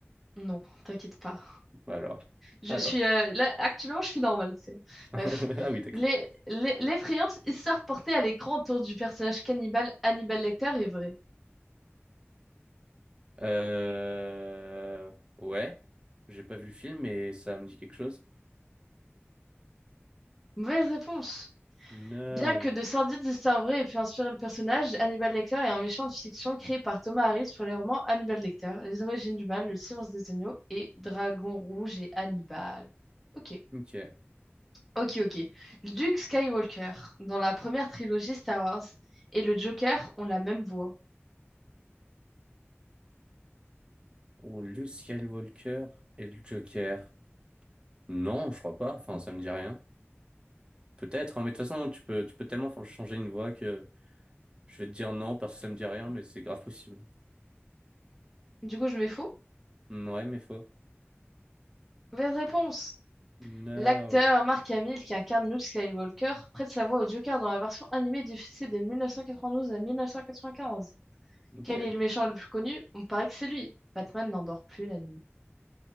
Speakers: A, in the centre; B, on the right.
A: non, t'inquiète pas.
B: Bah Alors,
A: Je
B: alors.
A: suis euh, là, actuellement, je suis normale, tu sais.
B: <laughs>
A: Bref,
B: Ah oui, d'accord.
A: Les- les- l'effrayante histoire portée à l'écran autour du personnage cannibale Hannibal Lecter est vraie.
B: Euh... Ouais, j'ai pas vu le film, mais ça me dit quelque chose.
A: Mauvaise réponse.
B: No.
A: Bien que de sordides histoires vraies aient pu inspirer le personnage, Hannibal Lecter est un méchant de fiction créé par Thomas Harris pour les romans Hannibal Lecter, Les Origines du Mal, Le Silence des Agneaux et Dragon Rouge et Hannibal. Ok,
B: Ok.
A: ok, ok. Luke Skywalker, dans la première trilogie Star Wars, et le Joker ont la même voix.
B: Ou Luke Skywalker et le Joker. Non, je crois pas. Enfin, ça me dit rien. Peut-être, hein, mais de toute façon, tu peux, tu peux tellement fa- changer une voix que je vais te dire non parce que ça me dit rien, mais c'est grave possible.
A: Du coup, je mets faux?
B: Mm, Ouais, mais faux.
A: Mauvaise réponse!
B: No.
A: L'acteur Mark Hamill, qui incarne Luke Skywalker, prête sa voix au Joker dans la version animée diffusée de 1992 à 1995.
B: Ok.
A: Quel est le méchant le plus connu? On paraît que c'est lui. Batman n'endort plus la nuit.